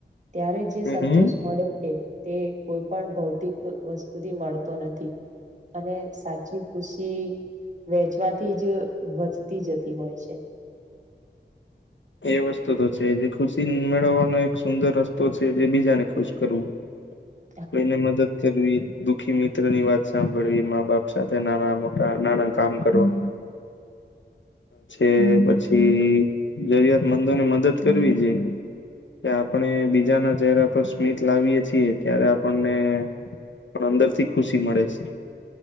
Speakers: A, on the right (about 40°); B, on the left (about 90°).
A: ત્યારે જે
B: હમ
A: સંતોષ
B: હમ
A: મળે છે તે કોઈ પણ ભૌતિક વસ્તુથી મળતો નથી અને સાચી ખુશી વેચવાથી જ વધતી જતી હોય છે
B: એ વસ્તુ તો છે જે ખુશી મેળવવાનો એક સુંદર રસ્તો છે જે બીજાને ખુશ કરવું
A: <inaudible>
B: કોઈને મદદ કરવી દુઃખી મિત્ર ની વાત સાંભળવી મા બાપ સાથે નાના મોટા નાના કામ કરવા
A: <unintelligible>
B: છ પછી જરૂરિયાતમંદોને મદદ કરવી છે કે આપણે બીજાના ચહેરા પર સ્મિત લાવીએ છીએ ત્યારે આપણને પણ અંદર થી ખુશી મળે છે